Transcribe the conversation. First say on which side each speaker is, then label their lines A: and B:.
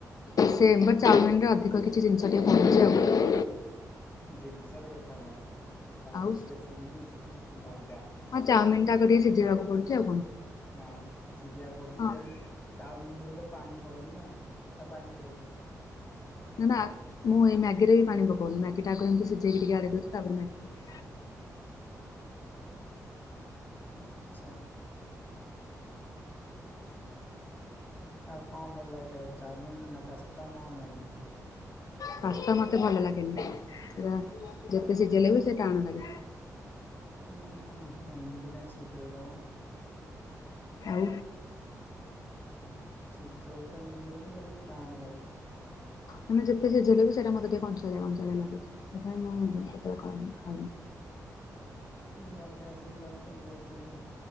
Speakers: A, on the left (about 65°); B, on the left (about 35°).
A: Same but ଚାଓମିନରେ ଅଧିକ କିଛି ଜିନିଷ ଟିକେ ପଡୁଛି ଆଉ।
B: ଜିନିଷରେ କଥା ନାହିଁ ତା
A: ଆଉ
B: ପ୍ରୋସେସିଂ ବି ସି ଅଲଗା।
A: ହଁ ଚାଉମିନ ଟା କରି ସିଝେଇବାକୁ ପଡୁଛି ଆଉ କଣ।
B: ହଁ ସିଝେଇିବାକୁ ପଡୁଛି
A: ହଁ
B: ଦେନ୍ ଚାଉମିନିରେ ତ ପାଣି ପଡେନି ନା ନା ପାଣି ପକଉଚ।
A: ନା ମୁଁ ଏଇ ମ୍ୟାଗିରେ ବି ପାଣି ପକଉନି ମ୍ୟାଗି ଟା ଆଗ ଏମିତି ସିଝେଇକି ଟିକେ ଆଡ଼େଇଦଉଛି ତାପରେ ମ୍ୟାଗି ପକାଏ।
B: ଆଚ୍ଛା। ଆଉ କଁ ଭଲ ଲାଗେ ଖାଇବାକୁ ଚାଉମିନ୍ ନା ପାସ୍ତା ନା ମ୍ୟାଗି।
A: ପାସ୍ତା ମତେ ଭଲ ଲାଗେନି ସେରା ଯେତେ ସିଝେଇଲେ ବି ସେ ଟାଣ ଲାଗେ।
B: ହୁଁ ଏମିତି କାଇଁ ସିଝଉଛ।
A: ଆଉ।
B: ସିଝଉଛ ଏମିତି ବୋଲି ତମକୁ ଟାଣ ଲାଗୁଚି।
A: ମାନେ ଯେତେ ସିଝେଇଲେବି ସେଟା ମତେ ଟିକେ କଞ୍ଚାଳିଆ କଞ୍ଚଳଳିଆ ଲାଗୁଛି ସେଥିପାଇଁ ମୁଁ କେତେବେଳେ କରେନି ଖାଉନି।
B: ବନେଇ ଆସେନି ତାହେଲେ ତମକୁ ଠିକ୍ ରେ।